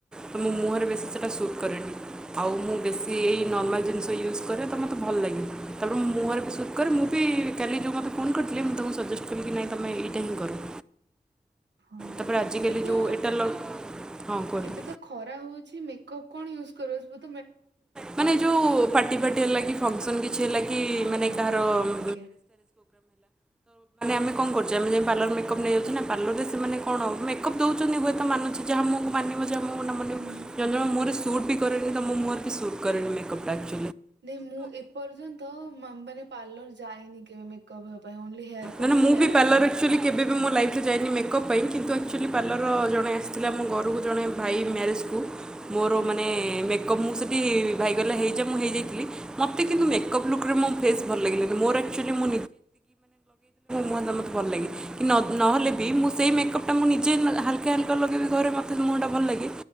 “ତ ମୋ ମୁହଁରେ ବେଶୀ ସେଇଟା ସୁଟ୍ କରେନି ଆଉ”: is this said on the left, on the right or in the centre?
Centre